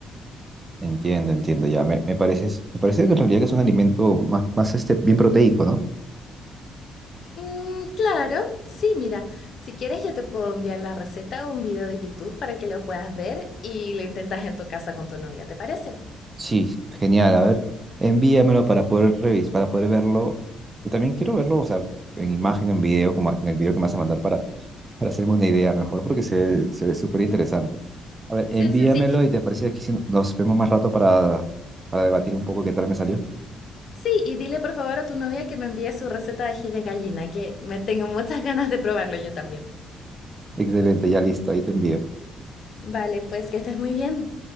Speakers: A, on the right; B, on the left.
A: Entiendo, entiendo, ya. Me, me parece, me parece que en realidad que es un alimento más, más este, bien proteico, ¿no?
B: Mm, claro, sí, mira, si quieres yo te puedo enviar la receta o un video de YouTube para que lo puedas ver y lo intentas en tu casa con tu novia, ¿te parece?
A: Sí, genial. A ver, envíamelo para poder revisar, para poder verlo. Y también quiero verlo, o sea, en imagen, en video, como en el video que me vas a mandar para, para hacerme una idea mejor, porque se, ve- se ve súper interesante. A ver,
B: Sí,
A: envíamelo
B: sí, sí.
A: y te parece aquí si nos vemos más rato para, para debatir un poco qué tal me salió.
B: Sí, y dile por favor a tu novia que me envíe su receta de ají de gallina, que me tengo muchas ganas de probarlo yo también.
A: Excelente, ya listo, ahí te envío.
B: Vale, pues que estés muy bien.